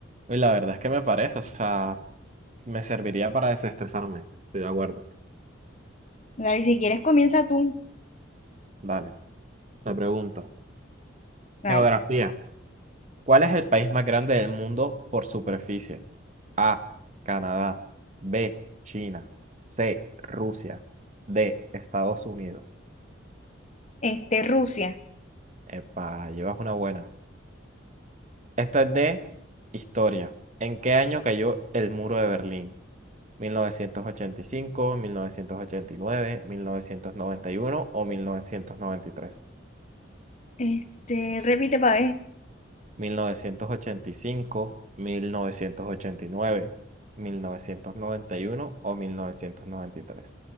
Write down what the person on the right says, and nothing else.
Y la verdad es que me parece, o sea, me serviría para desestresarme. Estoy de acuerdo.
Dale, te pregunto.
Geografía. ¿Cuál es el país más grande del mundo por superficie? A, Canadá. B, China. C, Rusia. D, Estados Unidos.
Epa, llevas una buena. Esta es de historia. ¿En qué año cayó el muro de Berlín? Mil mil mil novecientos novecientos novecientos ochenta ochenta y y cinco, nueve, mil novecientos noventa y uno o mil Mil mil mil novecientos novecientos
novecientos noventa y y y tres? ochenta ochenta y cinco, mil novecientos ochenta y nueve, mil novecientos noventa y uno o 1993?